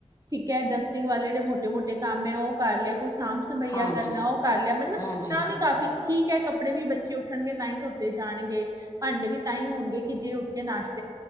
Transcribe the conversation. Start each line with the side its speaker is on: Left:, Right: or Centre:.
Right: ਠੀਕ ਐ, ਡਸਟਿੰਗ ਵਾਲੇ ਜੇੜੇ ਮੋਟੇ ਮੋਟੇ ਕੰਮ ਹੈ ਓਹ ਕਰ ਲੇ। ਕੋਈ ਸਾਂਭ ਸੰਭਈਆ
Left: ਹਾਂਜੀ
Right: ਕਰਨੈ ਓਹ ਕਰ ਲਿਆ। ਮਤਲਬ
Left: ਹਾਂਜੀ
Right: ਤਾਂ
Left: ਹਾਂਜੀ
Right: ਵੀ ਕਾਫੀ ਠੀਕ ਹੈ, ਕੱਪੜੇ ਵੀ ਬੱਚੇ ਉੱਠ ਉਠਣਗੇ ਤਾਂਹੀ ਧੋਤੇ ਜਾਣਗੇ, ਭਾੰਡੇ ਵੀ ਤਾਂ ਹੀ ਹੋਣਗੇ ਕਿ ਜੇ ਉੱਠ ਕੇ ਨਾਸ਼ਤ